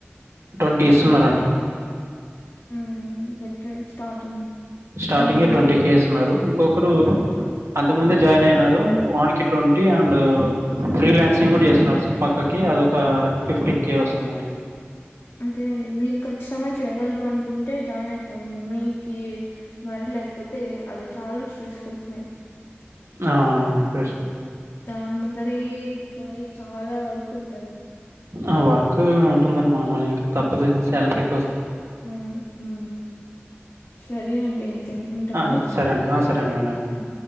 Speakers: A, on the right; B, on the left.
A: ట్వంటీ ఇస్తున్నారంట
B: ఉమ్ బెటర్ స్టార్టింగ్
A: స్టార్టింగ్
B: ఉమ్
A: ట్వంటీ కేస్న్నారు ఇంకొకరు అంతకు ముందే జాయిన్ అయినారు వాన్ కి ట్వంటీ అండ్ ఫ్రీ లాన్సింగ్ కూడా చేస్తున్నారు సార్ పక్కకి అద ఒక ఫిఫ్టీన్ కే వస్తుందండి.
B: అదే అండి మీరు ఖచ్చితంగా చేయ్యగలరు అనుకుంటే జాయిన్ అయిపోండి మీ కి మరీ లేకపోతే అది చాలా స్ట్రెస్ అవుతున్నాయి.
A: ఆండి ఫెష్
B: దాని ముందరే కూర్చొని చాలా వర్క్ ఉంట
A: ఆ వర్క్ ఉంటుందండి మామూలు ఇంకా తప్పదు శాలరీ
B: మ్హు సరే అండి తెప్పు ఉంటాను
A: ఆ! సరే అండి. ఆ! సరే అండి. అవునండి.
B: ఉ